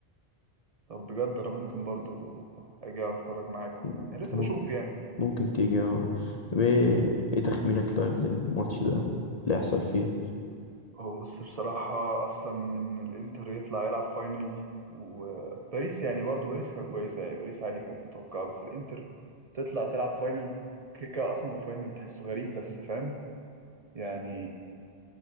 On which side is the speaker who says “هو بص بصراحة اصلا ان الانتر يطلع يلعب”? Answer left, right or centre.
Right